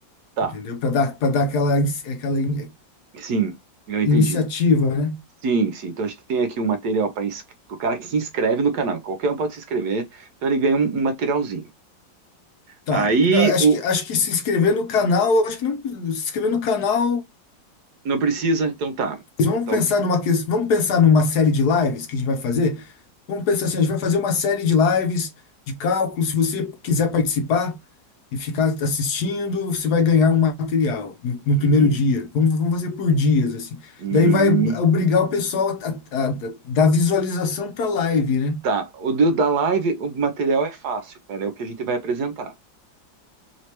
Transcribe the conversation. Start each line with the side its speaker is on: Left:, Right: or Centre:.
Right: tá,
Left: entendeu? Para dar, para dar aquela, inici- aquela in-
Right: sim, eu entendi.
Left: iniciativa, né?
Right: Sim, sim. Então a gente tem aqui um material para o cara que se inscreve no canal. Qualquer um pode se inscrever, então ele ganha um, um materialzinho.
Left: Tá,
Right: Aí
Left: Não, acho
Right: o
Left: que, acho que se inscrever no canal, acho que não, se inscrever no canal
Right: não precisa, então tá.
Left: Vamos
Right: Então,
Left: pensar numa ques- vamos pensar numa série de lives que a gente vai fazer. Vamos pensar assim, a gente vai fazer uma série de lives de cálculo. Se você quiser participar e ficar assistindo, você vai ganhar um material no, no
Right: uhum,
Left: primeiro dia. Vamos, vamos fazer por dias assim.
Right: uhum.
Left: Daí vai obrigar o pessoal a, a- a dar visualização para a live, né?
Right: Tá. O do- da live, o material é fácil, cara. É o que a gente vai apresentar,